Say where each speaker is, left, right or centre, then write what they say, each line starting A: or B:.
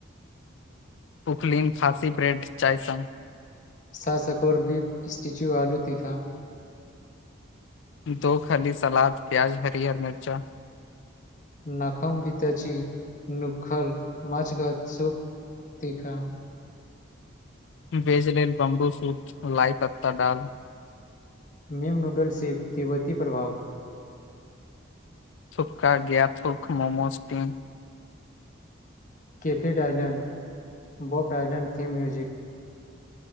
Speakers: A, on the left; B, on the left.
A: पुकलिन खाँसी ब्रेड चाइसन
B: श सकोर बीप स्टेच्यू आलू तीखा
A: दो खली सलाद प्याज हरियर आऔर मिरचा
B: नखम बितची नुखल मछगात सुूख तीखा
A: बेेज लेल बम्बू सूत लाइ पत्ता डाल
B: मीम नूडल्स से तिब्बती प्रभाव
A: थुकका गा थक मोमोज टीम
B: केफे डइलं्ड बब डइलं्ड थीम म्यूजिक